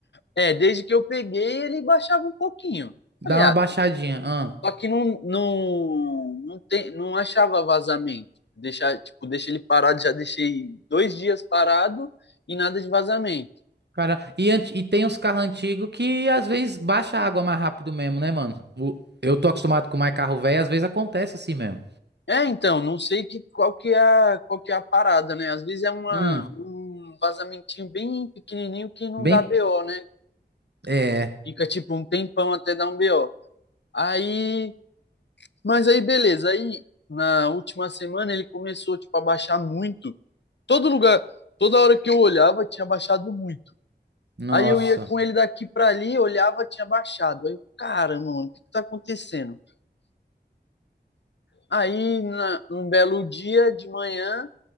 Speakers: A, on the left; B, on the right.
A: é, desde que eu peguei, ele baixava um pouquinho.
B: Dá
A: Falei,
B: uma
A: ah,
B: baixadinha. hum.
A: Só que não, não, não, tem, não achava vazamento. Deixar, tipo, deixei ele parado, já deixei dois dias parado e nada de vazamento.
B: Cara, e, anti- e tem uns carros antigos que às vezes baixa a água mais rápido mesmo, né, mano? O- eu tô acostumado com mais carro velho, às vezes acontece assim mesmo.
A: É, então, não sei que, qual, que é, a- qual que é a parada, né? Às vezes é uma,
B: Hum,
A: um vazamentinho bem pequenininho que não
B: bem.
A: dá BO, né?
B: É.
A: Fica tipo um tempão até dar um BO. Aí, mas aí beleza. Aí na última semana ele começou tipo a baixar muito. Todo lugar, toda hora que eu olhava tinha baixado muito.
B: Nossa.
A: Aí eu ia com ele daqui para ali, olhava, tinha baixado. Aí, caramba, mano, o que que tá acontecendo? Aí, na, num belo dia de manhã,